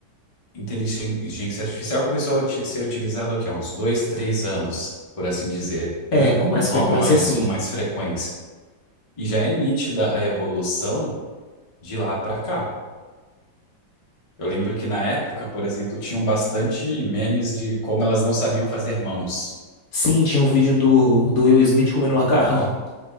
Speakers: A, on the left; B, on the left.
A: inteligência artificial começou a uti- ser utilizado aqui há uns dois, três anos, por assim dizer,
B: É,
A: né?
B: com mais
A: De forma
B: frequência,
A: mais,
B: sim.
A: com mais frequência. E já é nítida a evolução de lá para cá. Eu lembro que na época, por exemplo, tinham bastante memes de como elas não sabiam fazer mãos.
B: Sim, tinha um vídeo do, do Will Smith comendo macarrão. <laughs>